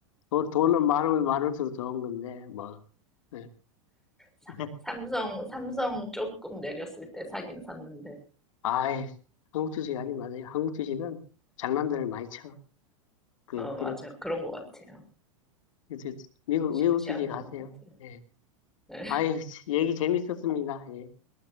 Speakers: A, on the left (about 70°); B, in the centre.
A: 돈, 돈은 많으면 많을수록 좋은 건데, 뭐. 네.
B: 사,
A: <laughs>
B: 삼성, 삼성 조금 내렸을 때 사긴 샀는데.
A: 아이, 한국 주식 하지 마세요. 한국 주식은 장난들을 많이 쳐. 그,
B: 어, 맞아요.
A: 그래.
B: 그런 것 같아요.
A: 그래서 미국,
B: 쉽지
A: 미국 주식
B: 않은
A: 하세요.
B: 것 같아요.
A: 예.
B: 네, <laughs>
A: 아이, 얘기 재밌었습니다. 예.